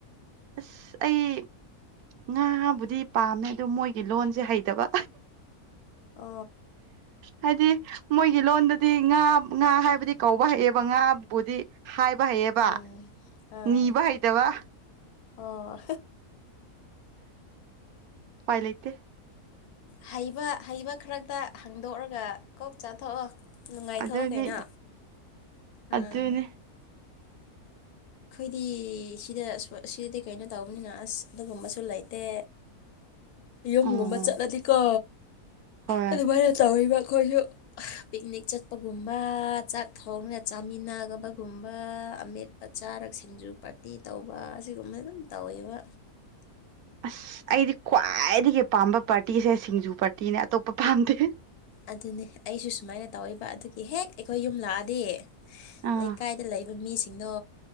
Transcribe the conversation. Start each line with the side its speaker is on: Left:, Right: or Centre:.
Right: ꯑꯁ ꯑꯩ ꯉꯥꯕꯨꯗꯤ ꯄꯥꯝꯃꯦ ꯑꯗꯨ ꯃꯣꯏꯒꯤ ꯂꯣꯟꯁꯦ ꯍꯩꯇꯕ
Left: ꯑ
Right: ꯍꯥꯏꯗꯤ ꯃꯣꯏꯒꯤ ꯂꯣꯟꯗꯗꯤ ꯉꯥ ꯉꯥ ꯍꯥꯏꯕꯗꯤ ꯀꯧꯕ ꯍꯩꯑꯦꯕ ꯉꯥꯕꯨꯗꯤ ꯍꯥꯏꯕ ꯍꯩꯌꯦꯕ
Left: ꯎꯝ ꯑꯥ
Right: ꯅꯤꯕ ꯍꯩꯇꯕ
Left: ꯑꯣ
Right: ꯄꯥꯏ ꯂꯩꯇꯦ
Left: ꯍꯩꯕ ꯍꯩꯕ ꯈꯔꯛꯇ ꯍꯥꯡꯗꯣꯛꯑꯒ ꯀꯣꯛ ꯆꯥꯊꯣꯛꯑꯣ ꯅꯨꯡꯉꯥꯏꯊꯣꯛꯑꯣ
Right: ꯑꯗꯨꯅꯤ
Left: ꯀꯩꯅꯣ ꯑꯥ
Right: ꯑꯗꯨꯅꯤ
Left: ꯑꯩꯈꯣꯏꯗꯤ ꯁꯤꯗ ꯁꯤꯗꯗꯤ ꯀꯩꯅꯣ ꯇꯧꯕꯅꯤꯅ ꯑꯁ ꯑꯗꯨꯒꯨꯝꯕꯁꯨ ꯂꯩꯇꯦ ꯌꯨꯝꯒꯨꯝꯕ
Right: ꯑꯣ
Left: ꯆꯠꯂꯗꯤꯀꯣ
Right: ꯍꯣꯏ
Left: ꯑꯗꯨꯃꯥꯏꯅ ꯇꯧꯔꯤꯕ ꯑꯩꯈꯣꯏꯁꯨ ꯄꯤꯛꯅꯤꯛ ꯆꯠꯄꯒꯨꯝꯕ ꯆꯥꯛ ꯊꯣꯡꯅ ꯆꯥꯃꯤꯟꯅꯕꯒꯨꯝꯕ ꯑꯃꯦꯠ ꯆꯥꯔꯛꯁꯤꯡꯖꯨ ꯄꯥꯔꯇꯤ ꯇꯧꯕ ꯑꯁꯤꯒꯨꯝꯕꯅ ꯑꯗꯨꯝ ꯇꯧꯋꯦꯕ
Right: ꯑꯁ ꯑꯩꯗꯤ ꯈ꯭ꯋꯥꯏꯗꯒꯤ ꯄꯥꯝꯕ ꯄꯥꯔꯇꯤꯁꯦ ꯁꯤꯡꯖꯨ ꯄꯥꯔꯇꯤꯅꯦ ꯑꯇꯣꯞꯄ ꯄꯥꯝꯗꯦ
Left: ꯑꯗꯨꯅꯤ ꯑꯩꯁꯨ ꯁꯨꯃꯥꯏꯅ ꯇꯧꯕ ꯑꯗꯨꯒꯤ ꯍꯦꯛ ꯑꯩꯈꯣꯏ ꯌꯨꯝ ꯂꯥꯛꯑꯗꯤ
Right: ꯑꯥ
Left: ꯂꯩꯀꯥꯏꯗ ꯂꯩꯕ ꯃꯤꯁꯤꯡꯗꯣ